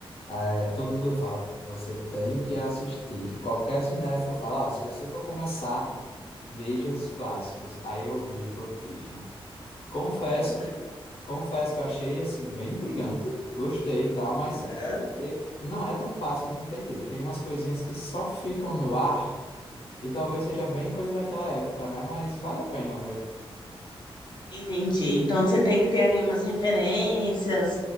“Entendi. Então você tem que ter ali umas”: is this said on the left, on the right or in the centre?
Left